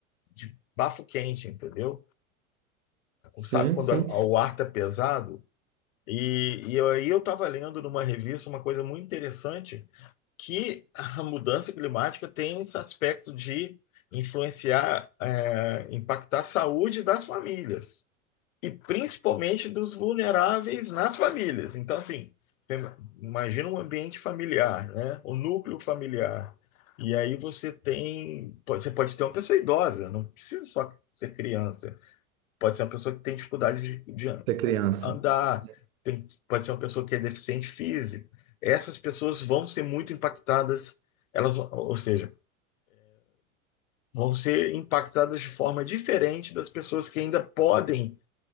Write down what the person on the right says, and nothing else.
Sim,
sim,
ser criança.
Sim.